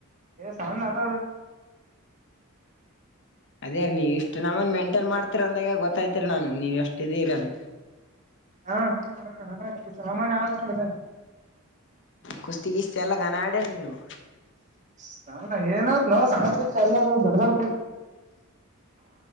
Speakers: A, on the right (about 35°); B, on the left (about 60°).
A: ಸಣ ನಲ್ಲ
B: ಅದೇೀ ನೀವ್ ಇಷ್ಟ್ ನಮ್ಮನ್ ಮೇಂಟೈನ್ ಮಾಡ್ತಿೀರ ಅಂದಾಗ ಗೊತ್ತಾಯ್ತಿರಿ ನಾನ್ ನೀವ್ ಎಷ್ಟ ಇದೀರ ಅಂತ
A: ಹಾ ಹ್ಮ ಹ್ಮ ಹಾ ಈ ಸಾಮಾನ್ಯ ಆಗ್ ನಡಿದೆ
B: ಕುಸ್ತಿ ಕ್ತಿ ಎಲ್ಲ ಘನ ಆಡ್ರಿ ನೀವು
A: ಸ ಏನಯತ್ ನಾವ ಸಣ ಎಲ್ಲ ದಡ್ ಬರ್